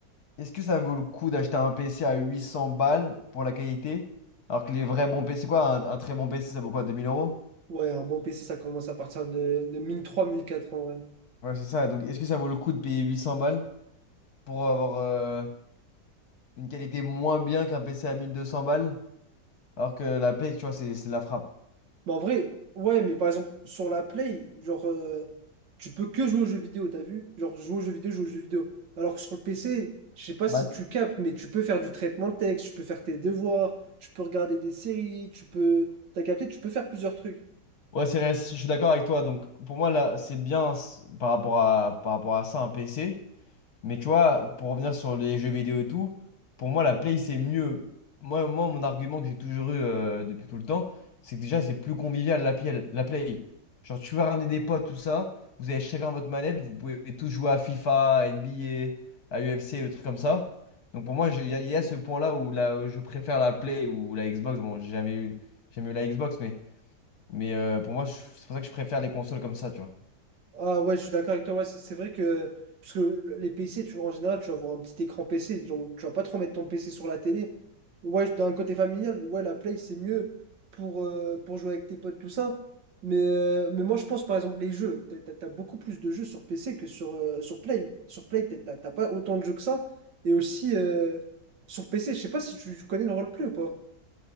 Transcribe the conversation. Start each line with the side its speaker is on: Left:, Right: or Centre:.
Left: est-ce que ça vaut le coup d'acheter un PC à 800 balles pour la qualité, alors que les vrais bons PC, c'est quoi un, un très bon PC, ça vaut quoi, 2000 euros?
Right: Ouais, un bon PC, ça commence à partir de, de mille trois mille quatre en vrai.
Left: Ouais, c'est ça. Donc, est-ce que ça vaut le coup de payer 800 balles pour avoir euh, une qualité moins bien qu'un PC à 1200 balles, alors que la Play, tu vois, c'est c'est la frappe.
Right: Bah en vrai, ouais, mais par exemple, sur la Play, genre, euh, tu peux que jouer aux jeux vidéo, t'as vu? Genre, jouer aux jeux vidéo, jouer aux jeux vidéo. Alors que sur le PC, je sais pas
Left: Bah,
Right: si tu captes, mais tu peux faire du traitement de texte, tu peux faire tes devoirs, tu peux regarder des séries, tu peux... T'as capté, tu peux faire plusieurs trucs.
Left: ouais, c'est vrai, je suis d'accord avec toi. Donc, pour moi, là, c'est bien c- par rapport à, par rapport à ça, un PC. Mais tu vois, pour revenir sur les jeux vidéo et tout, pour moi, la Play, c'est mieux. Moi, moi, mon argument que j'ai toujours eu euh, depuis tout le temps, c'est que déjà, c'est plus convivial la, play, la Play. Genre, tu vas ramener des potes, tout ça, vous avez chacun votre manette, vous pouvez tous jouer à FIFA, à NBA, à UFC, des trucs comme ça. Donc, pour moi, je- il y, a il y a ce point-là où, la- où je préfère la Play ou la Xbox. Bon, j'ai jamais eu, j'ai jamais eu la Xbox, mais, mais euh, pour moi, je- c'est pour ça que je préfère les consoles comme ça, tu vois.
Right: Ah ouais, je suis d'accord avec toi. Ouais, c'est c'est vrai que parce que le- les PC, tu, en général, tu vas avoir un petit écran PC, donc tu vas pas trop mettre ton PC sur la télé. Ouais, je- d'un côté familial, ouais, la Play, c'est mieux pour, euh, pour jouer avec tes potes, tout ça. Mais, euh, mais moi, je pense, par exemple, les jeux. T'as, t'as- t'as beaucoup plus de jeux sur PC que sur, euh, sur Play. Sur Play, t'as t'as- t'as pas autant de jeux que ça. Et aussi, euh, sur PC, je sais pas si tu, tu connais le roleplay ou pas.